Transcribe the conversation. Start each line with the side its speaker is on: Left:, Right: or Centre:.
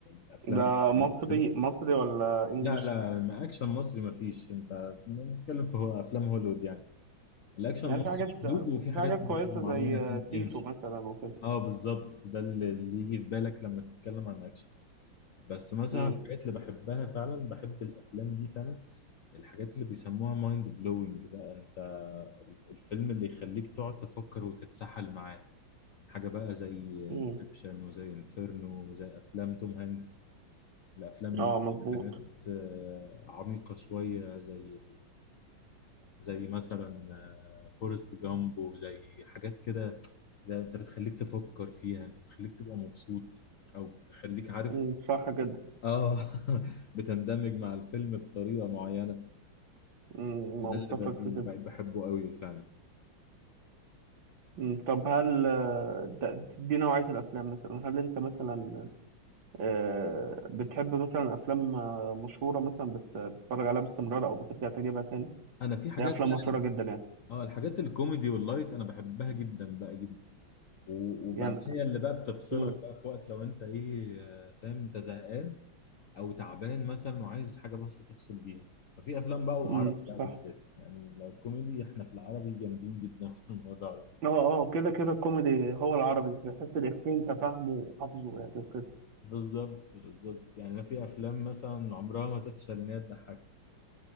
Left: الأفلام
Right: ده مصري
Left: كده
Right: مصري ولا انجليش
Left: لا لا ما أكشن مصري مفيش أنت بتتكلم في هو أفلام هوليوود يعني الأكشن
Right: يعني
Left: المصري
Right: في حاجات
Left: محدود وفي حاجات
Right: في حاجات كويسه
Left: معينة
Right: زي تيتو
Left: تمشي
Right: مثلا وكده
Left: أه بالظبط ده اللي اللي يجي في بالك لما تتكلم عن أكشن بس مثلا
Right: امم
Left: الحاجات اللي بحبها فعلا بحب الأفلام دي فعلا الحاجات اللي بيسموها مايند بلوينج بقى انت الفيلم اللي يخليك تقعد تفكر وتتسحل معاه حاجة بقى زي
Right: امم
Left: انسبشن وزي انفيرنو وزي افلام توم هانكس الافلام اللي
Right: اه مظبوط
Left: فيها حاجات آه، عميقة شوية زي زي مثلا فورست جامب وزي حاجات كده ده انت بتخليك تفكر فيها انت بتخليك تبقى مبسوط او بتخليك عارف
Right: امم صح جدا
Left: اه <laughs> بتندمج مع الفيلم بطريقة معينة
Right: امم
Left: ده اللي
Right: متفق
Left: ب-
Right: في كده
Left: ب- بحبه قوي فعلا
Right: مم. طب هل آه، ده- دي نوعية الأفلام مثلا هل أنت مثلا آه، بتحب مثلا افلام آه، مشهوره مثلا بت- بتتفرج عليها باستمرار او بترجع تجيبها تاني
Left: انا في حاجات
Right: دي افلام
Left: بقى
Right: مشهوره جدا يعني
Left: اه الحاجات الكوميدي واللايت انا بحبها جدا بقى جدا و- وبعدين
Right: يعني
Left: هي اللي بقى بتفصلك
Right: امم
Left: بقى في وقت لو انت ايه آه، فاهم انت زهقان او تعبان مثلا وعايز حاجه بس تفصل بيها ففي افلام بقى وعربي
Right: امم
Left: بقى
Right: صح
Left: بالذات يعني لو كوميدي احنا في العربي جامدين جدا في الموضوع ده
Right: اه اه كده كده الكوميدي هو العربي بحس الافيه انت فاهمه وحافظه يعني وكده
Left: بالظبط بالظبط يعني انا في افلام مثلا عمرها ما تفشل ان هي تضحكك